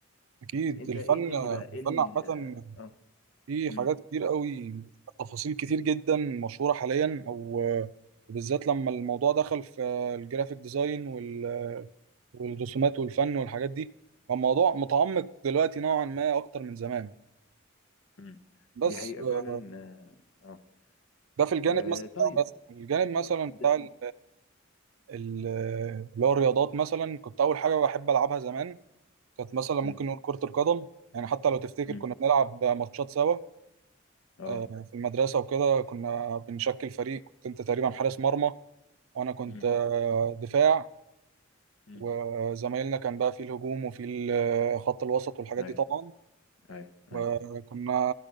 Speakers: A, on the right; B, on the left.
A: اكيد
B: انت
A: الفن
B: ايه تاني بقى ايه
A: الفن
B: ال
A: عامه
B: اه
A: فيه
B: امم
A: حاجات كتير قوي تفاصيل كتير جدا مشهوره حاليا او وبالذات لما الموضوع دخل في الجرافيك ديزاين وال- والرسومات والفن والحاجات دي فالموضوع متعمق دلوقتي نوعا ما اكتر من زمان
B: امم
A: بس
B: دي حقيقه
A: آه،
B: فعلا اه آه.
A: ده في الجانب
B: آه،
A: مثلا
B: طيب
A: بتاع بس الجانب مثلا
B: ده...
A: بتاع ال- ال- اللي هو الرياضات مثلا كنت اول حاجه بحب العبها زمان كانت مثلا ممكن
B: امم
A: نقول كرة القدم يعني حتى لو تفتكر
B: امم
A: كنا بنلعب ماتشات سوا
B: اه
A: يعني في المدرسة وكده كنا بنشكل فريق كنت انت تقريبا حارس مرمى وانا كنت
B: امم
A: آه، دفاع
B: امم
A: وزمايلنا كان بقى في الهجوم وفي ال- خط الوسط والحاجات
B: ايوه
A: دي طبعا
B: ايوه
A: وكنا
B: ايوه